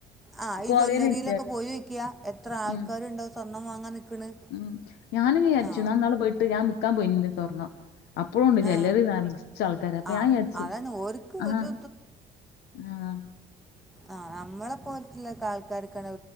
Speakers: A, in the centre; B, on the left (about 80°).
A: ആ ഈ
B: കൊറേലില്ല.
A: ജ്വല്ലറിയിലൊക്കെ പോയോക്കിയാൽ എത്ര ആൾക്കാരുണ്ടോ
B: ഉം
A: സ്വർണ്ണം വാങ്ങാൻ നിൽക്കണ്
B: ഉം ഞാനും വിചാരിച്ചു
A: ആ
B: ഞാൻ ഇനാളെ പോയിട്ട് ഞാൻ വിക്കാ പോയിന്റെ സ്വർണ്ണം അപ്പഴും ഉണ്ട്
A: ആ.
B: ജ്യല്ലറി നറച്ച് ആൾക്കാര് അപ്പൊ
A: ആ
B: ഞാൻ വിചാരിച്ച്
A: അതാണ് ഓർക്ക്
B: ആഹ്
A: ഒരു
B: ആഹ്
A: ആഹ് നമ്മളെ പോലത്ത്ള്ള ആൾക്കാർക്കര